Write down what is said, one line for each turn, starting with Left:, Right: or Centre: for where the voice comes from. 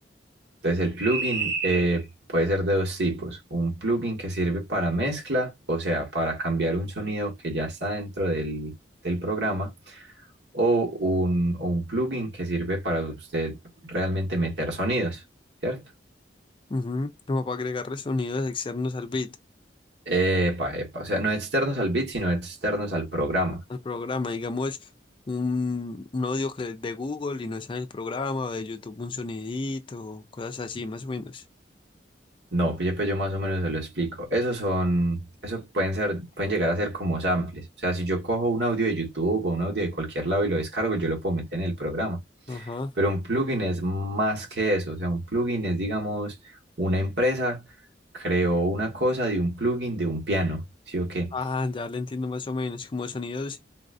Right: Entonces el plugin eh, puede ser de dos tipos. Un plugin que sirve para mezcla, o sea, para cambiar un sonido que ya está dentro del, del programa, o un, o un plugin que sirve para usted realmente meter sonidos, ¿cierto?
Left: ujú, Como para agregarle sonidos externos al beat,
Right: Epa, epa, o sea, no externos al bit, sino externos al programa.
Left: al programa. Digamos, un, un audio que de Google y no está en el programa, o de YouTube un sonidito, o cosas así, más o menos.
Right: No, pille, pues yo más o menos se lo explico. Esos son, eso pueden ser, pueden llegar a ser como samples. O sea, si yo cojo un audio de YouTube o un audio de cualquier lado y lo descargo, yo lo puedo meter en el programa.
Left: Ajá.
Right: Pero un plugin es más que eso, o sea, un plugin es, digamos, una empresa creó una cosa de un plugin de un piano, ¿sí o qué?
Left: Ah, ya le entiendo más o menos, como sonidos